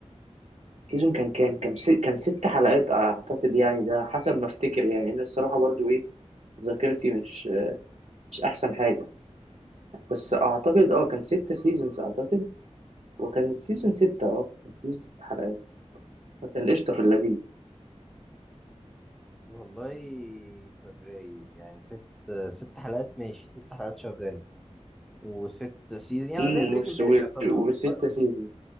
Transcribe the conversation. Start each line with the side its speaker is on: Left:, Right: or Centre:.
Right: سيزون كان كام كان س... كان ست حلقات أعتقد يعني ده حسب ما أفتكر يعني إن الصراحة برضو إيه ذاكرتي مش مش أحسن حاجة بس أعتقد أه كان ستة سيزونز أعتقد وكان السيزون ستة أه كان سيزون ست حلقات فكان قشطة في اللذيذ
Centre: والله في الرايق يعني ست ست حلقات ماشي ست حلقات شغالة وست سيزون يعني
Right: امم
Centre: زي بريكنج
Right: وس...
Centre: باد
Right: و...
Centre: يعتبر
Right: وستة
Centre: ب-
Right: سيزونز